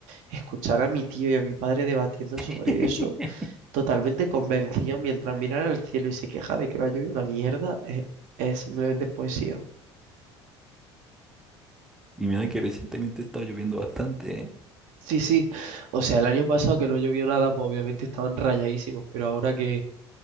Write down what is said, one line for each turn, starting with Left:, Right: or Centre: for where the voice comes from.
Right: Escuchar a mi tío y a mi padre debatiendo
Centre: <laughs>
Right: sobre eso, totalmente convencido mientras miran al cielo y se queja de que no llovido una mierda, es, es simplemente poesía.
Centre: Y mira que recientemente estaba lloviendo bastante, ¿eh?
Right: Sí, sí. O sea, el año pasado que no llovió nada, pues obviamente estaban rayadísimos, pero ahora que